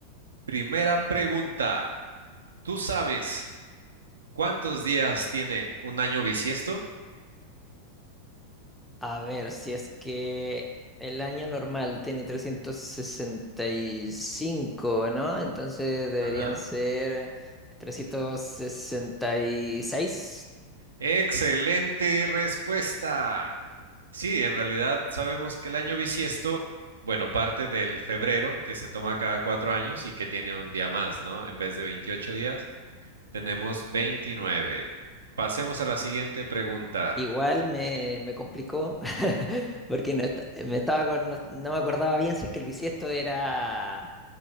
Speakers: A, on the right (about 70°); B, in the centre.
A: primera pregunta. ¿Tú sabes cuántos días tiene un año bisiesto?
B: A ver, si es que el año normal tiene 365, ¿no? Entonces deberían
A: Ajá.
B: ser 366.
A: Excelente respuesta. Sí, en realidad sabemos que el año bisiesto, bueno, parte del febrero, que se toma cada cuatro años y que tiene un día más, ¿no? En vez de 28 días, tenemos 29. Pasemos a la siguiente pregunta.
B: Igual me, me complicó <laughs> porque no, est- me estaba, acor- no, no me acordaba bien si es que el bisiesto era,